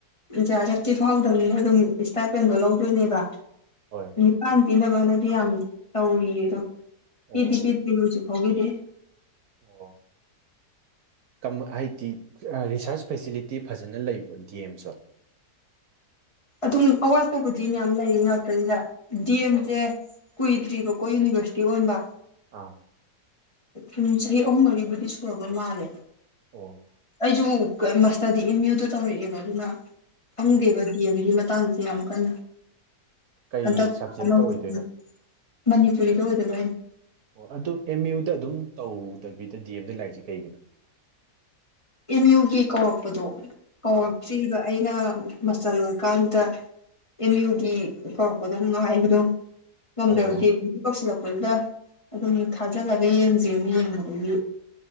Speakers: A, on the left (about 20°); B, on the right (about 70°).
A: ꯖꯤ ꯑꯥꯔ ꯑꯦꯐꯇꯤ ꯐꯥꯎꯗꯝꯅꯤꯅ ꯑꯗꯨꯝ ꯁ꯭ꯇꯥꯏꯄꯦꯟꯗꯣ ꯂꯧꯗꯣꯏꯅꯦꯕ
B: ꯍꯣꯏ
A: ꯅꯤꯄꯥꯟ ꯄꯤꯅꯕꯅꯗꯤ ꯌꯥꯝ ꯇꯧꯔꯤꯌꯦ ꯑꯗꯣ
B: ꯑꯣ
A: ꯄꯤꯗꯤ ꯄꯤꯗ꯭ꯔꯤ ꯍꯧꯖꯤꯛ ꯐꯥꯎꯒꯤꯗꯤ꯫
B: ꯑꯣ ꯀꯝ ꯍꯥꯏꯗꯤ ꯔꯤꯁꯔꯁ ꯐꯦꯁꯤꯂꯤꯇꯤ ꯐꯖꯅ ꯂꯩꯕ꯭ꯔꫭ ꯗꯤ ꯑꯦꯝꯁꯨ
A: ꯑꯗꯨꯝ ꯑꯋꯥꯠꯄꯕꯨꯗꯤ ꯃꯌꯥꯝ ꯂꯩꯏ ꯉꯥꯛꯇꯅꯤꯗ ꯗꯤ
B: ꯑꯥ
A: ꯑꯦꯝꯁꯦ ꯀꯨꯏꯗ꯭ꯔꯤꯕꯀꯣ ꯌꯨꯅꯤꯕꯔꯁꯤꯇꯤ ꯑꯣꯟꯕ꯫
B: ꯑꯥ
A: ꯎꯨꯝ ꯆꯍꯤ ꯑꯍꯨꯝ ꯃꯔꯤꯕꯨꯗꯤ ꯁꯨꯔꯕ ꯃꯥꯜꯂꯦ꯫
B: ꯑꫭ
A: ꯑꯩꯁꯨ ꯃꯥꯁꯇꯔꯗꯤ ꯑꯦꯝ ꯌꯨꯗ ꯇꯧꯔꯛꯑꯦꯕ ꯑꯗꯨꯅ ꯈꯪꯗꯦꯕ
B: ꯑꯣ
A: ꯗꯤ ꯑꯦꯝꯒꯤ ꯃꯇꯥꯡꯁꯦ ꯌꯥꯝ ꯀꯟ
B: ꯀꯩ
A: ꯍꯟꯇꯛ
B: ꯁꯕꯖꯦꯛꯇ
A: <unintelligible>
B: ꯑꯣꯏꯗꯣꯏꯅꯣ
A: ꯃꯅꯤꯄꯨꯔꯤꯗ ꯑꯣꯏꯗꫭꯏꯕ ꯑꯩꯅ
B: ꯑꯣ ꯑꯗꯨ ꯑꯦꯝ ꯌꯨꯗ ꯑꯗꯨꯝ ꯇꯧꯗꯕꯤꯗ ꯗꯤ ꯑꯦꯝꯗ ꯂꯥꯛꯏꯁꯦ ꯀꯩꯒꯤꯅꯣ
A: ꯑꯦꯝ ꯌꯨꯒꯤ ꯀꯧꯔꯛꯄꯗꯣ ꯀꯧꯔꯛꯇ꯭ꯔꯤꯕ
B: ꯑꯥ
A: ꯑꯩꯅ ꯃꯥꯁꯇꯔ ꯂꫭꯏꯔꯀꯥꯟꯗ ꯑꯦꯝ ꯌꯨꯒꯤ ꯀꯧꯔꯛꯄꯗꫭ ꯅꯨꯡꯉꯥꯏꯕꯗꫭ ꯉꯝꯗ꯭ꯔꯕ
B: ꯑꯣ
A: ꯗꯤ ꯑꯦꯝ ꯒꯤ ꯀꯧꯁꯤꯜꯂꯛꯄꯗꯨꯗ ꯑꯗꯨꯝ ꯊꯥꯖꯤꯜꯂꯒ ꯌꯦꯡꯁꯦꯅ ꯌꯦꯡꯕꯗꯒꯤ